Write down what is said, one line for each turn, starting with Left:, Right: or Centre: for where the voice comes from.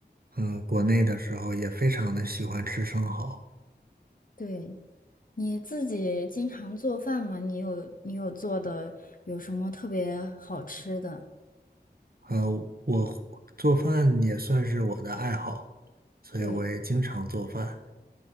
Right: 嗯国内的时候也非常的喜欢吃生蚝，
Left: 对，你自己经常做饭吗？你有你有做的有什么特别好吃的？
Right: 呃，我做饭也算是我的爱好，所以我也经常做饭。
Left: 对，